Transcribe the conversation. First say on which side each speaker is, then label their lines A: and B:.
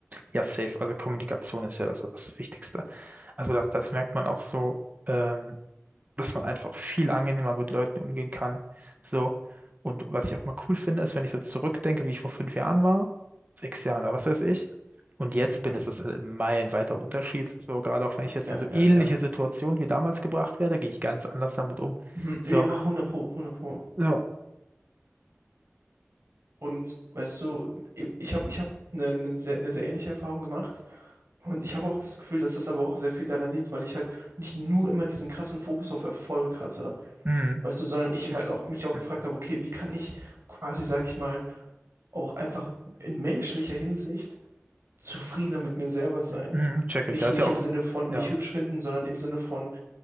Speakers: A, on the right; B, on the right.
A: Ja, safe. Also Kommunikation ist ja das, das Wichtigste. Also das, das merkt man auch so, ähm, dass man einfach viel angenehmer mit Leuten umgehen kann. So. Und was ich auch mal cool finde, ist, wenn ich so zurückdenke, wie ich vor fünf Jahren war, sechs Jahren oder was weiß ich. Und jetzt
B: Mhm.
A: bin, ist das halt ein meilenweiter Unterschied. So, gerade auch
B: Ja,
A: wenn ich jetzt
B: ja,
A: in so
B: ja,
A: ähnliche
B: ja.
A: Situationen wie damals gebracht werde, gehe ich ganz anders damit um.
B: Mhm.
A: So,
B: Ja, 100 Pro, 100 Pro.
A: so,
B: Und weißt du, ich habe ich hab eine, eine sehr, eine sehr ähnliche Erfahrung gemacht. Und ich habe auch das Gefühl, dass das aber auch sehr viel daran liegt, weil ich halt nicht nur immer diesen krassen Fokus auf Erfolg hatte,
A: mhm,
B: weißt du, sondern ich immer
A: mhm,
B: auch, mich auch
A: mhm,
B: gefragt habe, okay, wie kann ich quasi, sage ich mal, auch einfach in menschlicher Hinsicht zufriedener mit mir selber sein?
A: Mhm. check
B: Nicht,
A: ich. Ja, ist
B: nicht
A: ja
B: im
A: auch,
B: Sinne von
A: ja,
B: mich hübsch finden, sondern im Sinne von,